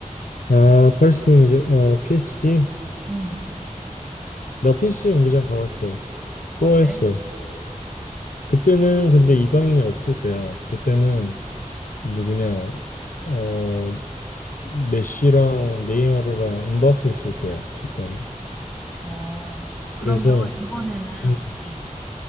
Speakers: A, on the left; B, in the centre.
A: 아 펄스 경기장 어 PSG
B: 응,
A: 나 PSG 경기장 가봤어. 투어했어.
B: 어때?
A: 그때는 근데 이강인이 없을 때야. 그때는 누구냐? 어, 메시랑 네이마르랑 임바페 있을 때야, 그때는.
B: 어, 그러면
A: 그래서,
B: 이번에는
A: 음,
B: 우리